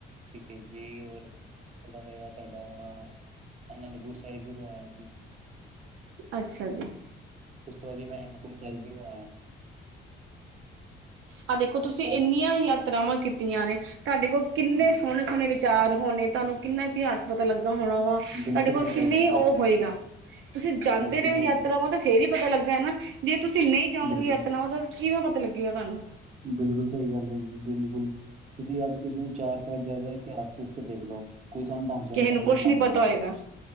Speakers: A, on the right; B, on the right.
A: ਠੀਕ ਹੈ ਜੀ ਔਰ <unintelligible> ਰਿਹਾ ਤੁਹਾਡਾ ਅਨੰਦਪੁਰ ਸਾਹਿਬ ਵੀ ਹੋ ਆਯਾ ਜਿਵੇਂ
B: ਅੱਛਾ ਜੀ।
A: ਉਸ ਤੋਂ ਬਾਅਦ ਹੀ ਮੈਂ ਹੇਮਕੁੰਟ ਸਾਹਿਬ ਵੀ ਹੋ ਆਇਆ।
B: ਆਹ ਦੇਖੋ ਤੁਸੀਂ
A: ਮੈਂ
B: ਇੰਨੀਆਂ ਯਾਤਰਾਵਾਂ ਕੀਤੀਆਂ ਨੇ ਤੁਹਾਡੇ ਕੋਲ ਕਿੰਨੇ
A: ਜੀ
B: ਸੋਹਣੇ ਵਿਚਾਰ ਹੋਣੇ ਤੁਹਾਨੂੰ ਕਿੰਨਾ ਇਤਿਹਾਸ ਪਤਾ ਲੱਗਾ ਹੋਣਾ ਵਾ ਤੁਹਾਡੇ
A: ਬਿਲਕੁਲ
B: ਕੋਲ
A: ਪਤਾ
B: ਕਿੰਨਾ
A: ਹੈ ਜੀ ਮੈਨੂੰ,
B: ਉਹ ਹੋਏਗਾ ਤੁਸੀਂ ਜਾਂਦੇ
A: ਬਿਲਕੁਲ
B: ਰਹੇ ਹੋ
A: ਹੈ
B: ਯਾਤਰਾਵਾਂ
A: ਜੀ,
B: ਤਾਂ ਫੇਰ ਹੀ ਪਤਾ ਲੱਗਾ ਨਾ ਜੇ ਤੁਸੀਂ ਨਹੀਂ ਜਾਓਗੇ
A: ਬਿਲਕੁਲ।
B: ਯਾਤਰਾਵਾਂ ਤਾਂ ਕਿਵੇਂ ਪਤਾ ਲੱਗੇਗਾ ਤੁਹਾਨੂੰ?
A: ਬਿਲਕੁਲ ਸਹੀ ਗੱਲ ਹੈ ਜੀ ਬਿਲਕੁਲ ਤੁਸੀਂ ਅੱਜ ਕਿਸੇ ਨੂੰ ਚਾਰ ਸਾਹਿਬ ਜਾਦਇਆ ਦਾ ਇਤਿਹਾਸ ਕੁਛ ਕੇ ਦੇਖ ਲਓ ਕੋਈ ਤੁਹਾਨੂੰ ਦੱਸ <unintelligible> ਮੈਂ
B: ਕਿਸੇ ਨੂੰ
A: ਫੇਰ
B: ਕੁਛ ਨੀ
A: ਜਾਗਾ
B: ਪਤਾ ਹੋਏਗਾ।